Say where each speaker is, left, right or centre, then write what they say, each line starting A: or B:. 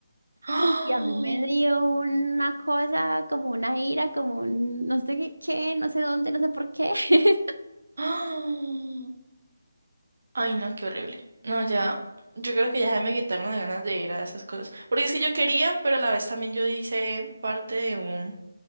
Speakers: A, on the right; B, on the right.
A: ¡Ah!
B: Uy, y a mí me dio una cosa, como una ira, como un no sé qué, qué, no sé dónde, no sé por qué. <laughs>
A: ¡Ah! Ay, no, qué horrible. No, ya, yo creo que ya se me quitaron las ganas de ir a esas cosas. Porque es que yo quería, pero a la vez también yo hice parte de un